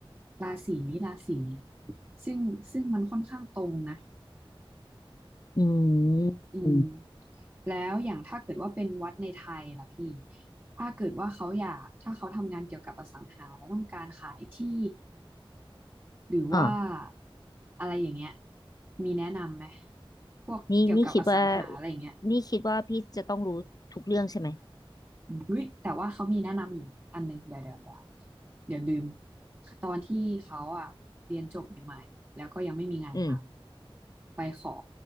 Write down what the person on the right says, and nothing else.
ราศีนี้ราศีเนี้ยซึ่งซึ่งมันค่อนข้างตรงนะ
อืม
แล้วอย่างถ้าเกิดว่าเป็นวัดในไทยล่ะพี่ถ้าเกิดว่าเขาอยากถ้าเขาทำงานเกี่ยวกับอสังหาแล้วต้องการขายที่ หรือว่า
อะไรอย่างเงี้ย มีแนะนำไหมพวกเกี่ยวกับอสังหาอะไรอย่างเงี้ย
เฮ้ยแต่ว่าเขามีแนะนำอยู่อันหนึ่งเดี๋ยวเดี๋ยวเดี๋ยวเดี๋ยวลืมตอนที่เขาอ่ะเรียนจบใหม่ๆแล้วก็ยังไม่มีงานท
ำไปขอ